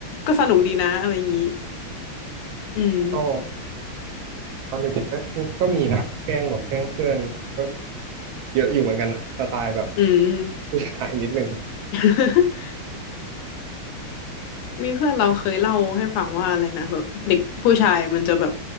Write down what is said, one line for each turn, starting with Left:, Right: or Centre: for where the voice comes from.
Left: ก็สนุกดีนะอะไรอย่างงี้ อืม
Right: ก็ ตอนเด็กๆก็ก็มีนะแกล้งแบบแกล้งเพื่อนก็เยอะอยู่เหมือนกันอะสไตล์แบบ
Left: อืม
Right: ผู้ชายนิดนึง
Left: <laughs> มีเพื่อนเราเคยเล่าให้ฟังว่าอะไรนะแบบเด็กผู้ชายมันจะแบบ